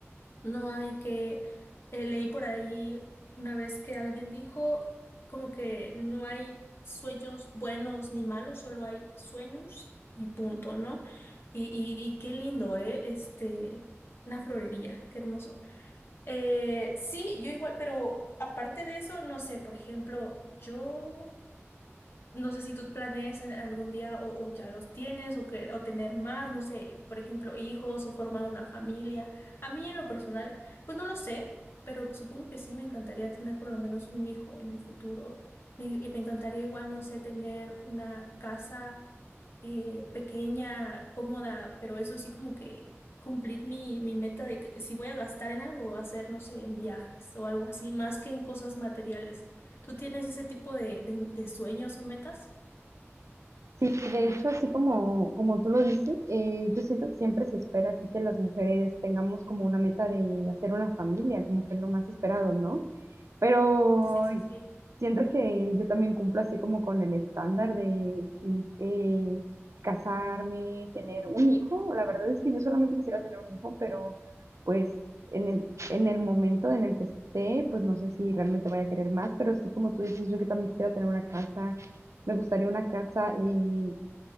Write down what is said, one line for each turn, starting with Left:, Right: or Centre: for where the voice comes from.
Left: No hay que, eh, leí por ahí una vez que alguien dijo como que no hay sueños buenos ni malos, solo hay sueños y punto, ¿no? Y, y- y qué lindo, ¿eh? Este, una florería, qué hermoso. Eh, sí, yo igual, pero aparte de eso, no sé, por ejemplo, yo... No sé si tú planees a- algún día o, o ya los tienes o, que- o tener más, no sé, por ejemplo, hijos o formar una familia. A mí en lo personal, pues no lo sé, pero supongo que sí me encantaría tener por lo menos un hijo en el futuro. Me, y me encantaría igual, no sé, tener una casa eh, pequeña, cómoda, pero eso sí como que cumplir mi, mi meta de que si voy a gastar en algo, va a ser, no sé, en viajes o algo así, más que en cosas materiales. ¿Tú tienes ese tipo de, de, de sueños o metas?
Right: Sí, de hecho, así como, como tú lo dices, eh, yo siento que siempre se espera así que las mujeres tengamos como una meta de hacer una familia, como que es lo más esperado, ¿no? Pero
Left: Sí, sí, sí.
Right: siento que yo también cumplo así como con el estándar de sí, eh, casarme, tener un hijo. La verdad es que yo solamente quisiera tener un hijo, pero pues en el, en el momento en el que esté, pues no sé si realmente vaya a querer más, pero sí como tú dices, yo que también quisiera tener una casa. Me gustaría una casa, eh,